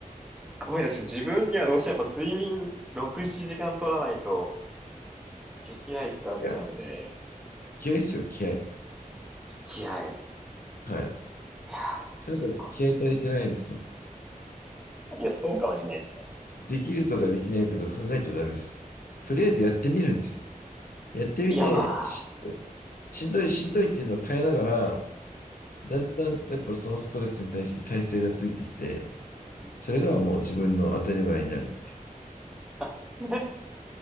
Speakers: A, in the centre; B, on the left.
A: ごめんなさい、自分にはどうしてもやっぱ睡眠6、7時間取らないとできないってなっちゃうんで、
B: や、気合ですよ、気合。
A: 気合い。
B: はい。
A: いや、すご
B: それだと気合足りてないですよ。
A: い。いや、そうかもしれないですね。
B: できるとかできないとか考えちゃダメです。とりあえずやってみるんですよ。やってみて、
A: いや、まあ、
B: しんどい、しんどい、しんどいっていうのを耐えながら、だんだんやっぱそのストレスに対して耐性がついてきて、
A: うん。
B: それがもう自分の当たり前になるって。
A: <laughs>